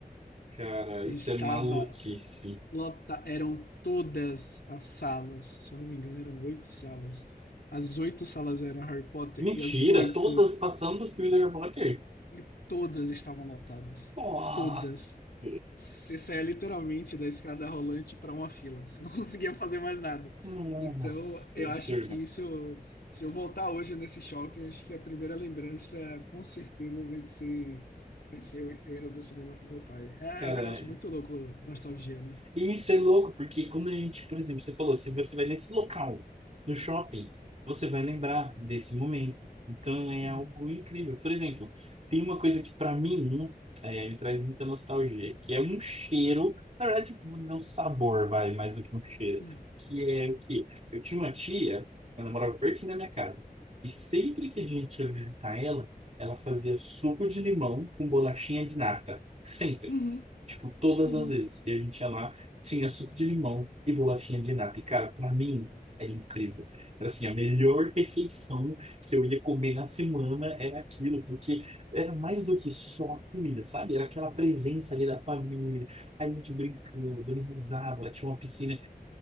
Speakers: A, on the right; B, on the left.
A: Cara,
B: Estava
A: isso é maluquice.
B: lota, eram todas as salas, se eu não me engano, eram oito salas. As oito salas eram Harry Potter
A: Mentira,
B: e as oito,
A: todas passando do filme do Harry Potter.
B: e todas estavam lotadas.
A: Nossa,
B: Todas. Você saía literalmente da escada rolante para uma fila. Você não <laughs> conseguia fazer mais nada.
A: nossa,
B: Então, eu
A: absurdo.
B: acho que isso, se eu voltar hoje nesse shopping, eu acho que a primeira lembrança com certeza vai ser, vai ser eu, eu indo pro cinema com meu pai. É,
A: Cara,
B: é um negócio muito louco, nostalgia, né?
A: E isso é louco, porque quando a gente, por exemplo, você falou, se você vai nesse local, no shopping, você vai lembrar desse momento. Então é
B: Uhum,
A: algo incrível. Por exemplo, tem uma coisa que para mim hum, é, me traz muita nostalgia, que é um cheiro, na verdade, vou dizer um sabor, vai, mais do que um cheiro,
B: uhum,
A: que é o quê? Eu tinha uma tia, ela morava pertinho da minha casa, e sempre que a gente ia visitar ela, ela fazia suco de limão com bolachinha de nata. Sempre.
B: uhum,
A: Tipo, todas
B: uhum.
A: as vezes que a gente ia lá, tinha suco de limão e bolachinha de nata. E, cara, pra mim, era incrível. Assim, a melhor <laughs> refeição que eu ia comer na semana era aquilo, porque era mais do que só a comida, sabe? Era aquela presença ali da família, a gente brincando, dando risada, lá tinha uma piscina.